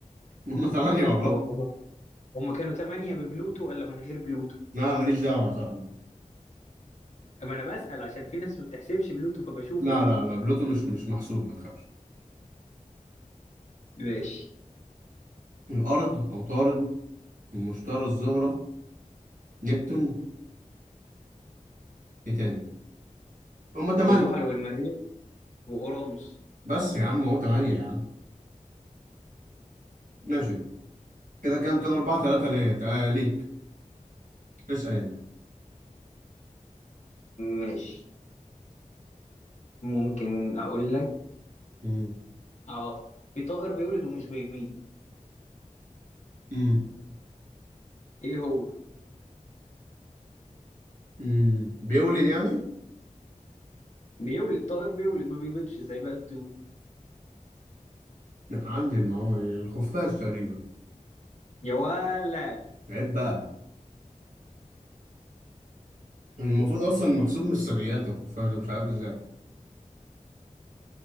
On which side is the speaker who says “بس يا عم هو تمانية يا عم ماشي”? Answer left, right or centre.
Right